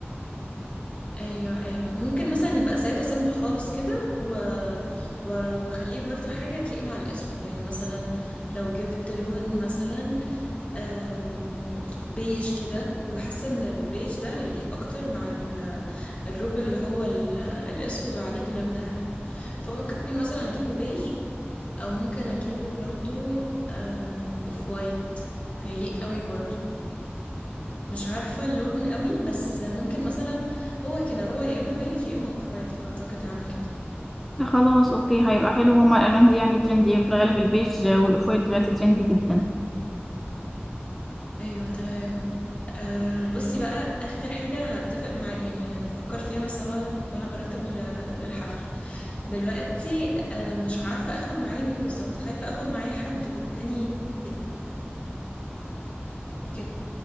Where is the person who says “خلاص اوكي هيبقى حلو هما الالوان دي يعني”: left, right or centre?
Centre